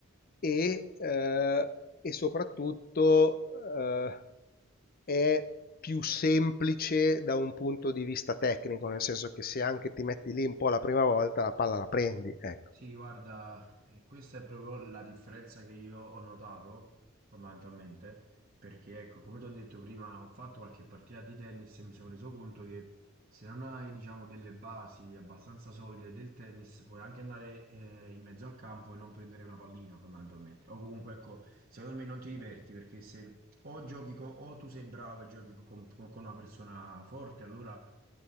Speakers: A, on the left; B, on the right.
A: e, eh, e soprattutto eh, è più semplice da un punto di vista tecnico, nel senso che se anche ti metti lì un po' la prima volta, la palla la prendi, ecco.
B: Sì, guarda, eh, questa è proprio la differenza che io ho notato fondamentalmente, perché ecco, come ti ho detto prima, ho fatto qualche partita di tennis e mi sono reso conto che se non hai, diciamo, delle basi abbastanza solide del tennis, puoi anche andare eh, in mezzo al campo e non prendere una pallina, fondamentalmente. O comunque, ecco, secondo me non ti diverti perché se o giochi co- o tu sei bravo e giochi co- con, con una persona forte, allora